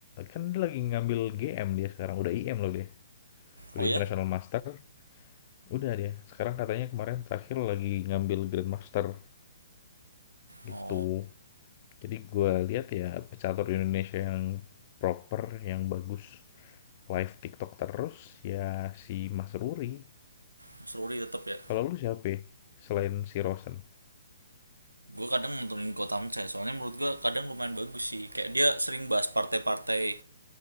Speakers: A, on the left (about 40°); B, on the right (about 85°).
A: Kan dia lagi ngambil GM dia sekarang, udah IM loh dia. Udah
B: oh ya
A: International Master, udah dia. Sekarang katanya kemarin terakhir lagi ngambil Grand Master gitu.
B: oh
A: Jadi gue lihat ya pecatur Indonesia yang proper, yang bagus live TikTok terus ya si Mas Ruri.
B: Mas Ruri tetap ya
A: Kalau lu siapa ya? selain si Rosen?
B: gue kadang nontonin Gotham Chess soalnya menurut gue kadang lumayan bagus sih kayak dia sering bahas partai-partai